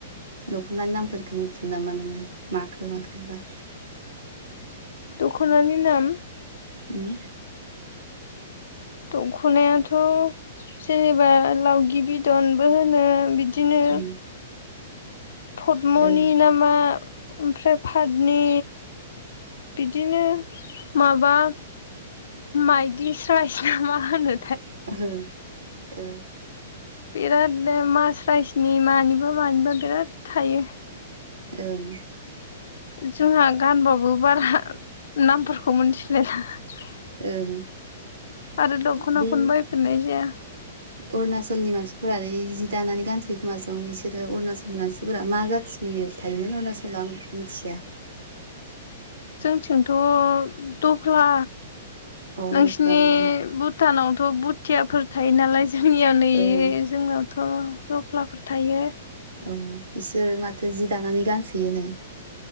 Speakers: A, on the right; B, on the left.
A: दख'नानि नामफोरखौ मिथ मोनामोन माखौ माखौबा
B: दखानानि नाम
A: उम
B: दख'नायाथ' जेनेबा लावगि बिदनबो होनो बि दिनो
A: उम
B: पदम'नि
A: ओं
B: नामा ओमफ्राय पाटनि बिदिनो माबा माइदिस्रायना मा होनो
A: ओं ओ
B: बिराद नो मासराइसनि मानिबा मानिबा बिराद थायो।
A: ओं
B: जोंहा गानबाबो बारा नामफोरखौ मिथिलायलाङा।
A: ओं
B: आरो दख'ना
A: बै
B: खौनो बायफेरनाय जाया।
A: अरुणाचलनि मानसिफोरालाय जि दानानै गानसैयो खोमाज जों बिसोरो अरुणाचलनि मानसिफोरा मा जाथ थि थायोमोन अरुनाचलाव आं मिथिया।
B: जोंथिंथ' दफ्ला
A: अ
B: नोंसिनि
A: दफ्ला नामा
B: भुटानावथ' भुथियाफोर थायो नालाय। जोंनिया नै
A: औ
B: जोंनावथ' दफ्लाफोर थायो।
A: औ बिसोरो माथो जि दानानै गानसोयोनो?